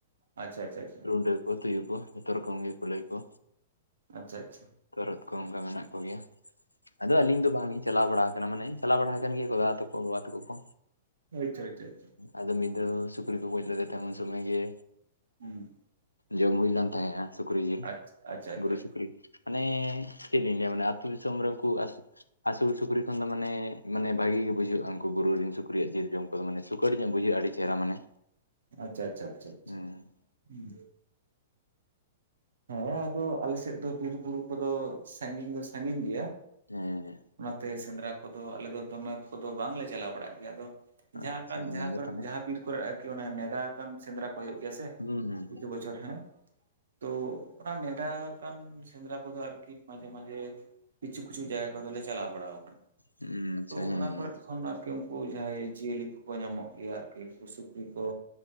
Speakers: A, on the right; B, on the left.
A: ᱟᱪᱷᱟ ᱟᱪᱷᱟ ᱾
B: ᱰᱟᱹᱣ ᱠᱚ ᱛᱩᱭᱩ ᱠᱚ ᱡᱷᱚᱛᱚ ᱨᱚᱠᱚᱢ ᱜᱮ ᱠᱩᱞᱟᱹᱭ ᱠᱚ
A: ᱟᱪᱪᱷᱟ ᱟᱪᱪᱷᱟ
B: ᱛᱚᱨᱦᱚᱛ ᱠᱚ ᱚᱱᱠᱟ ᱢᱮᱱᱟᱜ ᱠᱚᱜᱮᱭᱟ ᱟᱫᱚ ᱟᱹᱞᱤᱧ ᱫᱚ ᱵᱟᱝ ᱪᱟᱞᱟᱣ ᱵᱟᱲᱟ ᱠᱟᱱᱟ ᱢᱟᱱᱮ ᱪᱟᱞᱟᱣ ᱵᱟᱲᱟ ᱠᱟᱱ ᱜᱮᱭᱟ ᱫᱟᱫᱟ ᱛᱟᱠᱚ ᱵᱟᱵᱟ ᱛᱟᱠᱚ ᱠᱚ᱾
A: ᱟᱪᱪᱷᱟ ᱟᱪᱪᱷᱟ ᱾
B: ᱟᱫᱚ ᱢᱤᱫ ᱫᱷᱟᱣ ᱥᱩᱠᱨᱤ ᱠᱚ ᱜᱚᱡᱽ ᱞᱮᱫᱮᱛᱟᱸᱦᱮ ᱩᱱ ᱥᱩᱢᱟᱹᱭ ᱜᱮ
A: ᱦᱩᱸ᱾
B: ᱡᱚᱢ ᱦᱩᱭᱞᱮᱱ ᱛᱟᱦᱮᱸᱜᱼᱟ ᱥᱩᱠᱨᱤ ᱡᱤᱞ
A: ᱟᱪᱪᱷᱟ ᱟᱪᱪᱷᱟ ᱟᱪᱪᱷᱟ
B: ᱵᱩᱨᱩ ᱥᱩᱠᱨᱤ᱾ ᱢᱟᱱᱮ ᱪᱮᱫᱞᱤᱧ ᱞᱟᱹᱭ ᱟᱵᱤᱱᱟ ᱟᱛᱩ ᱫᱤᱥᱚᱢ ᱨᱮ ᱩᱱᱠᱩ ᱟᱥᱩ ᱟᱹᱥᱩᱞ ᱥᱩᱠᱨᱤ ᱠᱷᱚᱱ ᱫᱚ ᱢᱟᱱᱮ ᱢᱟᱱᱮ ᱵᱷᱟᱹᱜᱤ ᱜᱮ ᱵᱩᱡᱷᱟᱹᱜᱼᱟ ᱩᱱᱠᱩ ᱵᱩᱨᱩ ᱨᱮᱱ ᱥᱩᱠᱨᱤᱭᱟᱜ ᱡᱤᱞ ᱡᱚᱢ ᱠᱚᱫᱚ ᱢᱟᱱᱮ ᱥᱩᱠᱟᱹᱴ ᱧᱚᱜ ᱵᱡᱟᱹᱜᱼᱟ ᱟᱹᱰᱤ ᱪᱮᱨᱦᱟ ᱢᱟᱱᱮ᱾
A: ᱟᱪᱪᱷᱟ ᱟᱪᱪᱷᱟ ᱟᱪᱪᱷᱟ ᱟᱪᱷᱟ
B: ᱦᱩᱸ
A: ᱦᱩᱸ᱾ ᱦᱮᱸ ᱟᱫᱚ ᱟᱞᱮᱥᱮᱫ ᱫᱚ ᱵᱤᱨ ᱵᱩᱨᱩ ᱠᱚᱫᱚ ᱥᱟᱺᱜᱤᱧ ᱫᱚ ᱥᱟᱺᱜᱤᱧ ᱜᱮᱭᱟ᱾
B: ᱦᱮᱸᱦᱮᱸ᱾
A: ᱛᱮ ᱥᱮᱸᱫᱽᱨᱟ ᱠᱚᱫᱚ ᱟᱞᱮ ᱫᱚ ᱫᱚᱢᱮ ᱠᱚᱫᱚ ᱵᱟᱝᱞᱮ ᱪᱟᱞᱟᱣ ᱵᱟᱲᱟᱜ ᱜᱮᱭᱟ ᱟᱫᱚ ᱡᱟᱦᱟᱸ
B: ᱟᱪᱪᱷᱟ
A: ᱠᱟᱱ
B: ᱦᱮᱸ
A: ᱡᱟᱦᱟᱸ
B: ᱜᱮᱛᱚ
A: ᱠᱚᱨᱮᱫ
B: ᱱᱟᱜ
A: ᱡᱟᱦᱟᱸ ᱵᱤᱨ ᱠᱚᱨᱮᱫ ᱟᱨᱠᱤ ᱚᱱᱮ ᱱᱮᱰᱟ ᱟᱠᱟᱱ ᱥᱮᱸᱫᱽᱨᱟ ᱠᱚ ᱦᱩᱭᱩᱜ ᱜᱮᱭᱟ ᱥᱮ
B: ᱦᱩᱸ ᱦᱩᱸ
A: ᱯᱨᱚᱛᱤ ᱵᱚᱪᱷᱚᱨ ᱦᱮᱸ ᱛᱚ ᱚᱱᱟ ᱱᱮᱰᱟᱠᱟᱱ ᱥᱮᱸᱫᱽᱨᱟ ᱠᱚᱫᱚ ᱟᱨᱠᱤ ᱢᱟᱡᱷᱮ ᱢᱟᱡᱷᱮ ᱠᱤᱪᱷᱩ ᱠᱤᱪᱷᱩ ᱡᱟᱭᱜᱟ ᱠᱚᱫᱚᱞᱮ ᱪᱟᱞᱟᱣ ᱵᱟᱲᱟ ᱟᱠᱟᱱᱟ
B: ᱦᱩᱸ ᱟᱪᱪᱷᱟ
A: ᱛᱚ
B: ᱦᱮᱸ
A: ᱚᱱᱟ ᱠᱚᱨᱮᱫ ᱠᱷᱚᱱ ᱟᱨᱠᱤ ᱩᱱᱠᱩ ᱡᱟᱦᱟᱸᱭ ᱡᱤᱭᱟᱹᱞᱤ ᱠᱚᱠᱚ ᱧᱟᱢᱚᱜ ᱜᱮᱭᱟ ᱟᱨᱠᱤ ᱩᱱᱠᱩ ᱥᱩᱠᱨᱤ ᱠᱚ